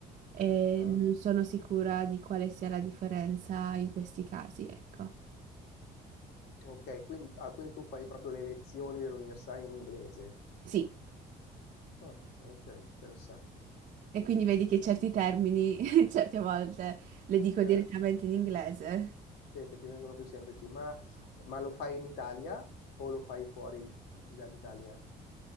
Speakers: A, on the right; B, on the left.
A: e
B: Ah,
A: non sono sicura di quale sia la differenza in questi casi, ecco.
B: ok, quindi, ah, quindi tu fai proprio le lezioni dell'università in inglese.
A: Sì.
B: Ah, ok, interessante.
A: E
B: Mm,
A: quindi
B: mm,
A: vedi che certi termini, <laughs> certe volte, le dico direttamente
B: eh,
A: in inglese.
B: sì, che ti vengono più semplici, ma, ma lo fai in Italia o lo fai fuori dall'Italia?